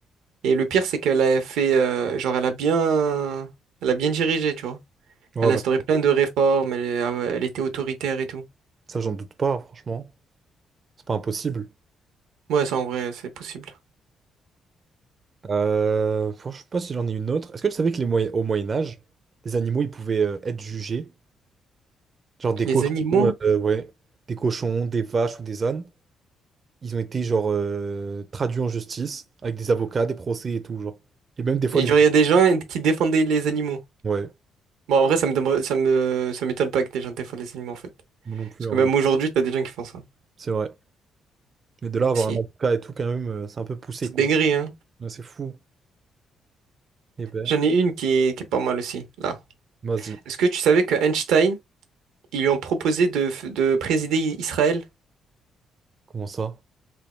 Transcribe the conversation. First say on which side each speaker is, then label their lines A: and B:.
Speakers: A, on the right; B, on the right.
A: Et le pire, c'est qu'elle a fait, euh, genre, elle a bien, elle a bien dirigé, tu vois.
B: Ouais,
A: Elle a
B: bah,
A: instauré plein de réformes, elle elle était autoritaire et tout.
B: ça, j'en doute pas, franchement. C'est pas impossible.
A: Ouais, ça en vrai, c'est possible.
B: Euh, franchement, je sais pas si j'en ai une autre. Est-ce que tu savais que les Moyen- au Moyen Âge, les animaux ils pouvaient euh, être jugés, genre des
A: Les
B: cochons,
A: animaux?
B: euh, ouais, des cochons, des vaches ou des ânes, ils ont été genre euh, traduits en justice avec des avocats, des procès et tout genre. Et même des fois
A: Et
B: des,
A: genre, il y a des gens qui défendaient les animaux.
B: ouais,
A: Bon, en vrai, ça me demande- ça me, ça m'étonne pas que des gens défendent les animaux, en fait.
B: moi non plus,
A: Parce que
B: hein,
A: même
B: ouais.
A: aujourd'hui, t'as des gens qui font ça.
B: c'est vrai. Mais de là à avoir
A: Si,
B: un avocat et tout quand même, euh, c'est un peu poussé
A: c'est
B: quoi.
A: dégré, hein.
B: Ouais, c'est fou. Eh ben,
A: J'en ai une qui est, qui est pas mal aussi, là.
B: vas-y.
A: Est-ce que tu savais que Einstein, ils lui ont proposé de, f- de présider I- Israël
B: Comment ça?